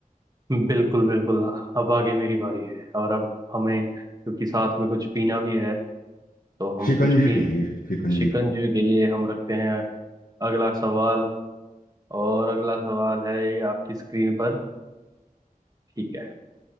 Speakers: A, on the right (about 25°); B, on the left (about 70°).
A: बिल्कुल बिल्कुल अब आगे मेरी बारी है और अब हमें क्योंकि साथ में कुछ पीना भी है तो हम
B: शिकंजी
A: कुछ पी
B: पिएंगे शिकंजी
A: शिकंजी के लिए हम रखते हैं अगला सवाल और अगला सवाल है ये आपकी स्क्रीन पर ठीक है